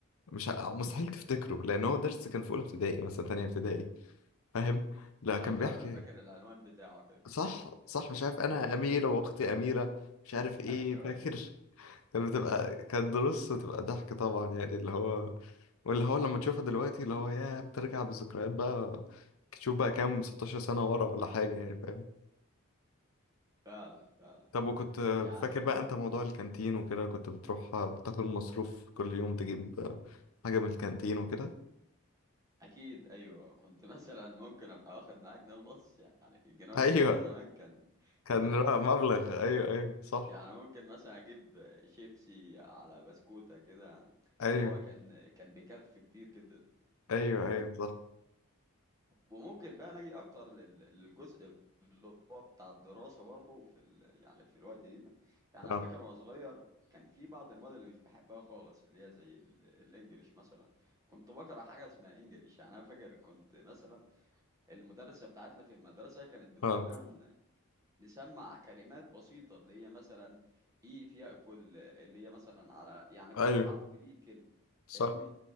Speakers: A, on the left (about 75°); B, on the right (about 15°).
A: مش ع- مستحيل تفتكره لان هو درس كان في اولى ابتدائي مثلا تانية ابتدائي فاهم لا
B: انا
A: كان
B: فعلا
A: بيحكي
B: فاكر العنوان بتاعه كده
A: صح صح مش عارف انا
B: ايوه
A: اميره واختي اميره مش عارف ايه
B: ايوه
A: فاكر
B: ايوه
A: <laughs> كانت بتبقى
B: ايوه
A: كانت دروس وتبقى ضحك طبعا يعني اللي هو واللي هو لما تشوفها دلوقتي اللي هو يا بترجع بالذكريات بقى تشوف بقى كام 16 سنة ورا ولا حاجة يعني فاهم
B: فعلا فعلا
A: طب وكنت
B: يعني
A: فاكر بقى انت موضوع الكانتين وكده كنت بتروح تاخد مصروف كل يوم تجيب حاجة من الكانتين وكده
B: اكيد ايوه كنت مثلا ممكن ابقى واخد معايا جنيه ونص يعني الجنيه
A: <laughs>
B: ونص
A: ايوه
B: ده زمان كان
A: كان
B: كان يعني
A: رقم مبلغ ايوه ايوه
B: <laughs>
A: صح
B: يعني ممكن مثلا اجيب شيبسي على بسكوتة كده يعني
A: ايوه
B: اللي هو كان كان بيكفي كتير جدا
A: ايوه ايوه صح
B: وممكن بقى نجي اكتر لل- للجزء اللي هو بتاع الدراسه برضه في ال... يعني في الوقت دي ده يعني انا
A: اه
B: فاكر وانا صغير كان في بعض المواد اللي مش بحبها خالص اللي هي زي ال... الانجليش مثلا كنت بكره حاجه اسمها انجليش يعني انا فاكر كنت مثلا المدرسه بتاعتنا في المدرسه كانت بتخلينا
A: اه
B: نسمع كلمات بسيطة اللي هي مثلا إيت يأكل اللي هي مثلا على يعني كل
A: ايوه
B: حرف ليه كلمة
A: صح
B: فاهمني؟